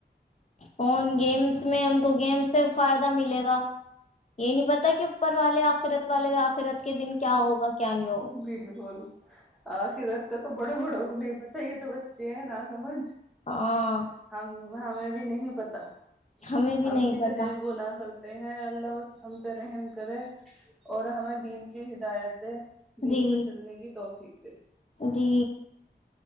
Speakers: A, on the left; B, in the centre.
A: فون گیمس میں ان کو گیمس سے فائدہ ملے گا یہ نہیں پتا کہ اوپر والے آخرت والے آخرت کے دن کیا ہوگا کیا نہیں ہوگا
B: بالکل آخرت کا تو بڑو بڑوں تو نہیں پتا ہی ہے تو بچے ہیں نہ سمج
A: ہاں
B: ہم ہمیں بھی نہیں پتا تو
A: ہمیں بھی نہیں
B: ہم کتنے
A: پتا
B: گنا کرتے ہیں اللہ وس ہم پہ رحم کرے اور ہمیں دین کی ہدایت دے دن
A: جی
B: پہ چلنے کی توحفیق تھ
A: جی